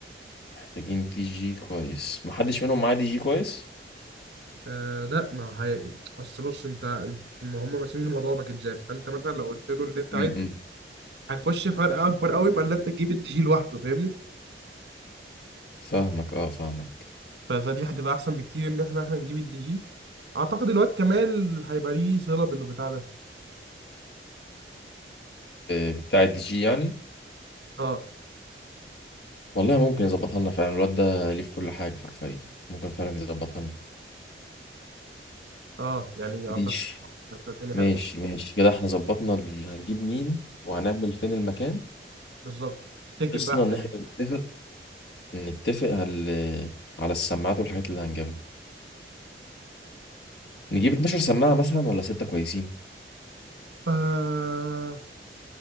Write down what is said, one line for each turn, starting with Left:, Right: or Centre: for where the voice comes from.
Left: محتاجين دي جي كويس محدش منهم معاه دي جي كويس
Right: آه لا ما هي اصل بص انت ما هم ماسمين الموضوع باكجات فانت مثلا لو قلت له اللي انت
Left: م-م.
Right: عايز هيخش فرق اكبر قوي ما اللي انت تجيب الدي جي لوحده فاهمني
Left: فاهمك اه فاهمك
Right: ف- فدي هتبقى احسن بكتير ان احنا احنا نجيب الدي جي اعتقد الواد كمال هيبقى ليه صله بالبتاع ده
Left: آه، بتاع الدي جي يعني
Right: اه
Left: والله ممكن يظبطها لنا فعلا الواد ده ليه في كل حاجة حرفيا ممكن فعلا يظبطها لنا
Right: اه يعني اعتقد
Left: ماشي
Right: هتبقى الدنيا
Left: ماشي
Right: حلوه
Left: ماشي كده احنا ظبطنا ال- هنجيب مين وهنعمل فين المكان
Right: بالظبط تكب
Left: قصنا
Right: بقى
Left: ان احنا نتفق نتفق على على السماعات والحاجات اللي هنجيبها نجيب 12 سماعة مثلا ولا ستة كويسين
Right: آه